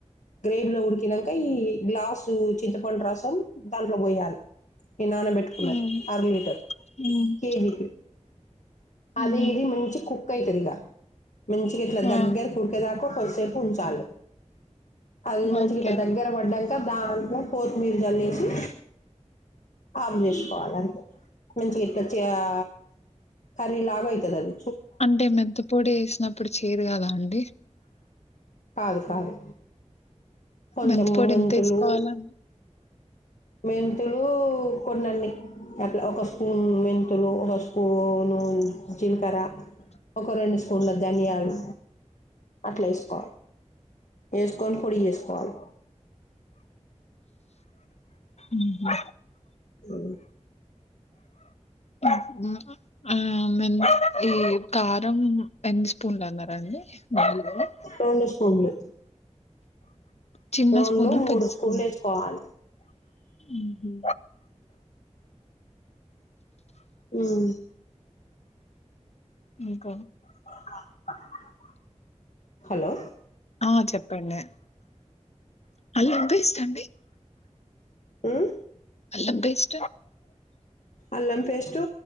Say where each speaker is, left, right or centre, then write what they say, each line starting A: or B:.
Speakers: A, on the left (about 75°); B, on the left (about 60°).
A: గ్రేవీలో ఉడికినంక ఈ గ్లాసు చింతపండు రసం దాంట్లో బోయలే ఈ నానబెట్టుకున్న
B: ఉమ్,
A: అర లీటర్
B: ఉమ్,
A: కేజీకి అది
B: ఉమ్.
A: ఇది మంచి కుక్ కైతరిగా మంచిగిట్లా
B: ఆ,
A: దగ్గరికూడికేదాకా కొద్దిసేపు చాలు అది మంచి
B: ఓకే
A: గిట్ల దగ్గర పడంక దాంట్లో కొత్తిమీరు జల్లేషి ఆపు చేసుకోవాలంతే మంచి గిట్ల చే ఆ కర్రీలాగా అయితదది
B: అంటే మెంతి పొడి ఎసినప్పుడు చేదు కదా అండి
A: కాదు కాదు కొంచెంము
B: మెంతిపొడి
A: మెంతులు
B: ఎంత వేసుకోవాలండి
A: మెంతులు కొన్నండి అట్లా ఒక స్పూన్ మెంతులు ఒక స్పూను జీలకర ఒక రెండు స్పూన్ల ధనియాలు అట్లా ఎసుకోవాలి ఎస్ కొని పొడి చేస్కోవాలి
B: ఉహు
A: ఉ
B: ఉహు ఉ మేం ఈ కారం ఎన్ని స్పూన్లు అన్నారండి నాలుగు
A: రెండు స్పూన్లు
B: చిన్న
A: రెండు
B: స్పూన
A: మూడు
B: పెద్ద
A: స్పూన్లు
B: స్కూన
A: వేసుకోవాలి
B: ఊహు
A: ఉ <inaudible>
B: ఇంకా
A: <inaudible> హలో
B: ఆ చెప్పండి హల్లో వినిపిస్తాంది
A: ఉ
B: అల్లం బేస్
A: అల్లం పేస్టు